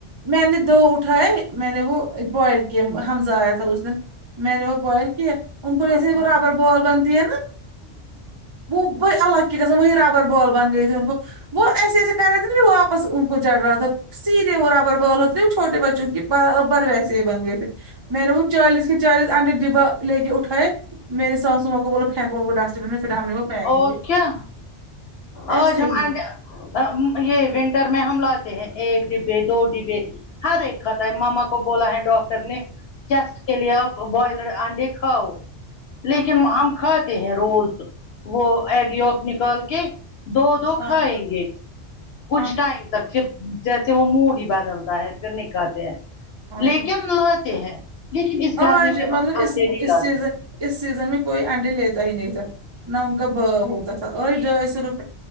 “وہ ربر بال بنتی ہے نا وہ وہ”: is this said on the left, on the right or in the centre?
Right